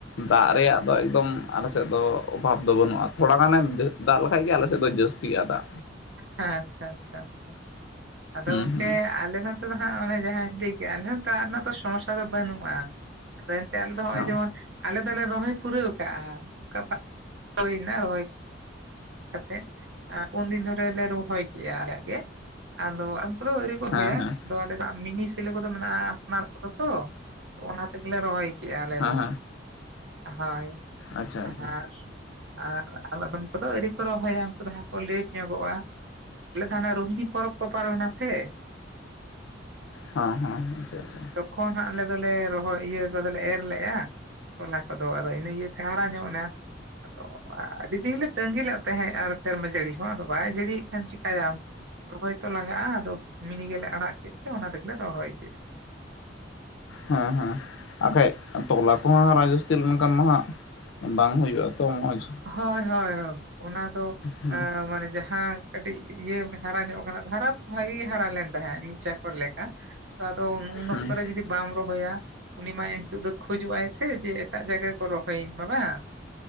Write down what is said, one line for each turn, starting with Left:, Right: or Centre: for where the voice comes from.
Left: ᱫᱟᱜ ᱨᱮᱭᱟᱜ ᱫᱚ ᱮᱠᱫᱚᱢ ᱟᱞᱮᱥᱮᱫ ᱫᱚ ᱚᱵᱷᱟᱵᱽ ᱫᱚ ᱵᱟᱹᱱᱩᱜᱼᱟ ᱛᱷᱚᱲᱟ ᱜᱟᱱᱮ ᱫᱟᱜ ᱞᱮᱠᱷᱟᱡ ᱜᱮ ᱟᱞᱮ ᱥᱮᱫ ᱛᱮᱫᱚ ᱡᱟᱹᱥᱛᱤᱜ-ᱟ ᱫᱟᱜ ᱾
Right: ᱟᱪ-ᱪᱷᱟ -ᱟᱪ-ᱪᱷᱟ -ᱟᱪᱷᱟ -ᱟᱪᱷᱟ, ᱟᱫᱚ
Left: ᱦᱩᱸ
Right: ᱜᱚᱝᱠᱮ
Left: ᱦᱩᱸ
Right: ᱟᱞᱮ ᱫᱚ ᱛᱮᱫᱚ ᱦᱟᱸᱜ ᱚᱱᱮ ᱡᱟᱦᱟᱸᱧ ᱞᱟᱹᱭ ᱠᱮᱜᱼᱟ ᱫᱟᱜ ᱨᱮᱱᱟᱜ ᱫᱚ ᱥᱚᱢᱚᱥ-ᱥᱟ ᱫᱚ ᱵᱟᱹᱱᱩᱜᱼᱟ ᱟᱫᱚ ᱮᱱᱛᱮ ᱟᱞᱮ ᱫᱚ ᱱᱚᱜᱼᱚᱭ
Left: ᱦᱮᱸ
Right: ᱡᱮᱢᱚᱱ ᱟᱞᱮ ᱫᱚᱞᱮ ᱨᱚᱦᱚᱭ ᱯᱩᱨᱟᱹᱣ ᱠᱟᱜᱼᱟ ᱚᱝᱠᱚ ᱵᱟ ᱦᱳᱭ ᱱᱟ ᱨᱚᱦᱚᱭ ᱾ ᱠᱟᱛᱮᱜ, ᱟᱸ ᱯᱩᱱ ᱫᱤᱱ ᱫᱷᱚᱨᱮ ᱞᱮ ᱨᱚᱦᱚᱭ ᱠᱮᱜᱼᱟ ᱟᱞᱮᱭᱟᱜ ᱜᱮ ᱟᱫᱚ ᱠᱚᱫᱚ ᱟᱹᱣᱨᱤ ᱠᱚ ᱨᱚᱦᱚᱭᱟ
Left: ᱦᱮᱸ
Right: ᱛᱚ ᱟᱞᱮ ᱫᱚ ᱢᱤᱱᱤ ᱥᱮᱞᱳ ᱠᱚᱫᱚ ᱢᱮᱱᱟᱜᱼᱟ ᱟᱯᱱᱟᱨ ᱠᱚᱫᱚ ᱛᱚ, ᱚᱱᱟ ᱜᱮᱞᱮ ᱨᱚᱦᱚᱭ ᱠᱮᱜᱼᱟ ᱟᱞᱮ
Left: ᱦᱮᱸ
Right: ᱫᱚ
Left: ᱦᱮᱸ
Right: ᱦᱚᱭ,
Left: ᱟᱪᱪᱷᱟ
Right: ᱟᱨ
Left: ᱟᱪᱪᱷᱟ
Right: ᱟᱨ ᱟᱫᱚᱢ ᱠᱚᱫᱚ ᱟᱹᱣᱨᱤ ᱠᱚ ᱨᱚᱦᱚᱭᱟ ᱩᱱᱠᱩ ᱫᱚ ᱦᱟᱸᱜ ᱠᱚ ᱞᱮᱹᱴ ᱧᱚᱜᱚᱜᱼᱟ ᱾ ᱟᱞᱮ ᱫᱚ ᱦᱟᱱᱮ ᱨᱩᱦᱤᱱᱤ ᱯᱚᱨᱚᱵᱽ ᱠᱚ ᱯᱟᱨᱚᱢᱮᱱᱟ ᱥᱮ
Left: ᱦᱚᱸ- ᱦᱚᱸ, ᱟᱪᱷᱟ -ᱟᱪᱷᱟ ᱾
Right: ᱠᱷᱚᱱ ᱦᱟᱸᱜ ᱟᱞᱮ ᱫᱚᱞᱮ ᱨᱚᱦᱚ ᱤᱭᱟᱹ ᱠᱚᱫᱚ ᱞᱮ ᱮᱨ ᱞᱮᱜᱼᱟ ᱛᱚᱞᱟ ᱠᱚᱫᱚ ᱟᱫᱚ ᱤᱱᱟᱹ ᱤᱭᱟᱹᱛᱮ ᱦᱟᱨᱟ ᱧᱚᱜ ᱮᱱᱟ ᱟᱫᱚ ᱟᱹᱰᱤ ᱫᱤᱱ ᱞᱮ ᱛᱟᱹᱜᱤ ᱞᱮᱜ ᱛᱟᱦᱮᱸᱜ ᱟᱨ ᱥᱮᱨᱢᱟ ᱡᱟᱹᱲᱤ ᱦᱚᱸ ᱟᱫᱚ ᱵᱟᱭ ᱡᱟᱹᱲᱤᱭᱮᱫ ᱠᱷᱟᱱ ᱪᱮᱠᱟᱭᱟᱢ? ᱨᱚᱦᱚᱭ ᱛᱚ ᱞᱟᱜᱟᱜᱼᱟ ᱟᱫᱚ ᱢᱤᱱᱤ ᱜᱮᱞᱮ ᱟᱲᱟᱜ ᱠᱮᱫ ᱛᱮ ᱚᱱᱟ ᱛᱮᱜᱮᱞᱮ ᱨᱚᱦᱚᱭ ᱠᱮᱜᱼᱟ ᱾
Left: ᱦᱮᱸ- ᱦᱮᱸ, ᱟ ᱠᱷᱟᱡ ᱛᱚᱞᱟ ᱠᱚᱣᱟᱸ ᱨᱟᱡᱽᱥᱛᱤᱞ ᱞᱮᱱ ᱠᱷᱟᱱ ᱢᱟ ᱦᱟᱸᱜ ᱵᱟᱝ ᱦᱳᱭᱳᱜᱼᱟ ᱛᱚ ᱢᱚᱡᱽ ᱾
Right: ᱦᱳᱭ -ᱦᱳᱭ -ᱦᱳ, ᱚᱱᱟ ᱫᱚ
Left: ᱦᱩᱸ
Right: ᱮᱸ ᱢᱟᱱᱮ ᱡᱟᱦᱟᱸ ᱠᱟᱹᱴᱤᱡ ᱤᱭᱟᱹ ᱦᱟᱨᱟ ᱧᱚᱜ ᱟᱠᱟᱱᱟ ᱦᱟᱨᱟ ᱫᱚ ᱵᱷᱟᱜᱮᱹᱜᱮ ᱦᱟᱨᱟ ᱞᱮᱱ ᱛᱟᱦᱮᱸᱜ ᱢᱤᱫ ᱪᱟᱠ-ᱠᱚᱨ ᱞᱮᱠᱟ ᱾ ᱛᱚ ᱟᱫᱚ ᱩᱱ
Left: ᱦᱩᱸ
Right: ᱚᱠᱛᱚ ᱨᱮ ᱡᱚᱫᱤ ᱯ ᱵᱟᱢ ᱨᱚᱦᱚᱭᱟ ᱩᱱᱤ ᱢᱟ ᱱᱤᱛᱚᱜ ᱫᱚ ᱠᱷᱚᱡᱚᱜᱼᱟᱭ ᱥᱮ ᱡᱮ ᱮᱴᱟᱜ ᱡᱟᱭᱜᱟ ᱨᱮᱠᱚ ᱨᱚᱦᱚᱭᱤᱹᱧ ᱢᱟ ᱵᱟᱝ ᱾